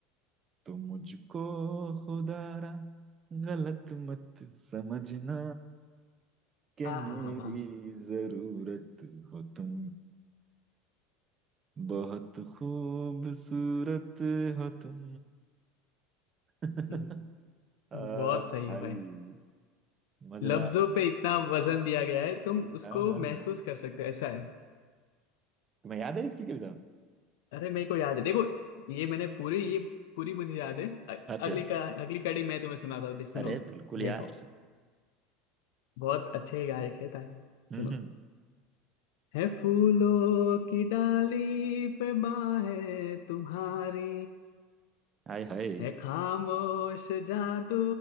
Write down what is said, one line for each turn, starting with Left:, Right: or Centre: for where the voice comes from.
Right: तो मुझको खुदारा गलत मत समझना कि
Left: हाँ
Right: मेरी
Left: हाँ हाँ हाँ
Right: जरूरत हो तुम बहुत खूबसूरत हो तुम <laughs>
Left: हम्म,
Right: आ,
Left: बहुत
Right: भाई
Left: सही है भाई
Right: मजेदार
Left: लफ्जों पे इतना वजन दिया गया है तुम उसको
Right: हाँ हाँ
Left: महसूस
Right: हाँ।
Left: कर सकते हो ऐसा है
Right: तुम्हें याद है इसकी कविता
Left: अरे मेरे को याद है देखो ये मैंने पूरी ये पूरी मुझे याद है अ-
Right: अच्छा
Left: अगली का अगली कड़ी मैं तुम्हें सुनाता हूँ दे- सुनो
Right: अरे बिल्कुल यार
Left: देखो बहुत अच्छे गायक है तार
Right: हम्म
Left: सुनो
Right: हम्म।
Left: है फूलों की डाली पे बाहें तुम्हारी
Right: हाय हाय
Left: है खामोश जादू